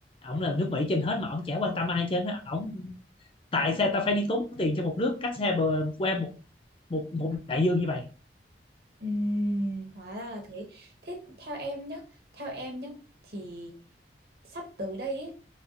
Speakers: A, on the left (about 30°); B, on the right (about 55°).
A: ổng là nước Mỹ trên hết mà ổng chả quan tâm ai trên á ổng tại sao ta phải đi tốn tiền cho một nước cách xa bờ qua một một một đại dương như vậy
B: Ừm, hóa ra là thế thế theo em nhé theo em nhé thì sắp tới đây ấy,